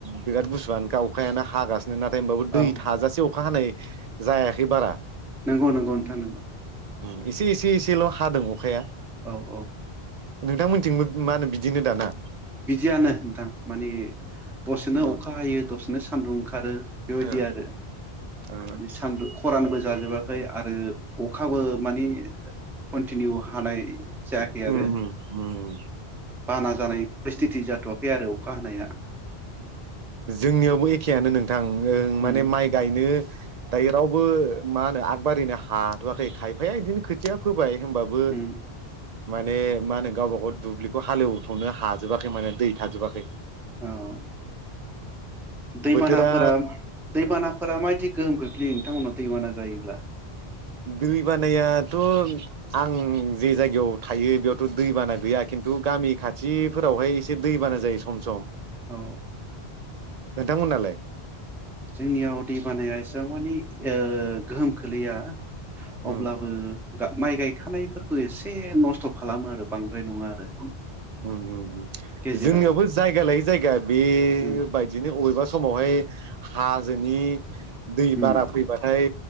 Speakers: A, on the right; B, in the centre.
A: बिराद गुसुआनो गाव अखायानो हागासि नो नाथाय होनोमबाबो दै
B: औ
A: थाजासे अखा हानाय जायाखै बारा
B: नोंगौ नोंगौ नोंथां नोंगौ।
A: एसे एसे एसे एसेल' हादों अखाया।
B: औ औ।
A: नोंथांमोनथिंबो मा होनो बिदिनो दाना?
B: बिदियानो नोंथां माने दसेनो
A: उम
B: अखा हायो दसे नो सान्दुं ओंखारो। बेबायदि
A: ओ
B: आरो।
A: ओ
B: माने सानदु खरानोबो जा जोबाखै आरो अखाबो मानि कन्टिनिउ हानाय जायाखै आरो
A: उम उम उम
B: बाना जानाय फ्रेस्टिथि जाथ'वाखै आरो अखा हानाया।
A: जोंनियावबो एखेयानो नों थां ओं
B: उम
A: माने माइ गायनो दायो रावबो मा होनो आगबारिनो हाथ'आाखै खायफाया बिदिनो खोथिया फोबाय। ओमबाबो
B: उम
A: माने मा होनो गावबा गाव दुब्लिखौ हालेवथ'नो हाजोबाखै माने दै थाजोबाखै।
B: ओ अ दैबानाफोरा
A: बोथोरा
B: दैबानाफोरा मायदि? गोहोम खोख्लैयो नोंथांमोननाव दैबाना जायोब्ला?
A: दै बानायाथ' आं जे जायगायाव थायो बेयावथ' दैबाना गैया खिन्थु गामि खाथिफोरावहाय एसे दैबाना जायो सम सम
B: औ
A: नोंथांमोनालाय
B: जोंनियाव दै बानाया एसेबां मानि ओ गोहोम खोलैया
A: उम
B: अब्लाबो गा माइ गाय खानायफोरखौ एसे नस्थ' खालामो आरो बांद्राय नङा आरो
A: उम उम
B: गेजेराव
A: जोंनियावबो जायगा लायै जायगा बेबायदिनो
B: उम
A: अबेबा समावहाय हाजोनि दै
B: उम
A: बारा फैबाथाय